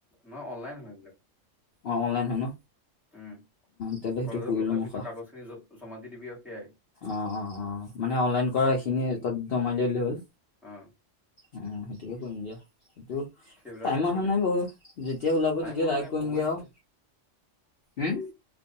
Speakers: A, in the centre; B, on the left (about 55°).
A: নহয় অনলাইন হয় এইবিলাক
B: অ অনলাইন হয় ন
A: উম
B: তেতিয়াহ'লে সেইটো
A: কলেজত
B: কৰি
A: গৈ
B: ল'ম
A: পেলাই পিছত
B: ৰখা
A: কাগজ খিনি জমা দি দিবি আৰু সেয়াই
B: অ অ অ মানে অনলাইন কৰা এইখিনি তাত নমাই লৈ ললে হ'ল
A: অ
B: উ সেইটোকে কৰিম দিয়া
A: সেইবিলাকে
B: টাইম
A: কৰি
B: অহা
A: দে
B: নাই বাৰু যেতিয়া ওলাব
A: টাইম
B: তেতিয়া
A: হোৱা
B: ড্ৰাইভ
A: নাই
B: কৰিমগে
A: সময় আছে
B: আও হম